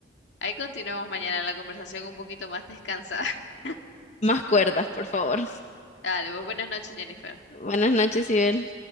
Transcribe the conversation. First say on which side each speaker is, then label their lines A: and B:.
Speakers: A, on the left; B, on the left.
A: Ahí continuamos mañana la conversación un poquito más descansada. <laughs>
B: Más cuerdas, por favor.
A: Dale, pues buenas noches, Jennifer.
B: Buenas noches, Ibel.